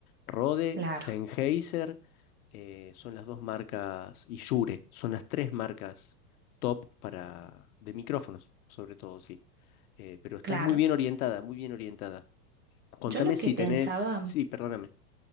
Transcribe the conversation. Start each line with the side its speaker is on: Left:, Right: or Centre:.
Left: Rode,
Right: Claro,
Left: Sennheiser, eh, son las dos marcas, y Shure, son las tres marcas top para de micrófonos, sobre todo, sí. Eh, pero estás
Right: claro.
Left: muy bien orientada, muy bien orientada. Contame
Right: Yo lo
Left: si
Right: que pensaba,
Left: tenés, sí, perdóname,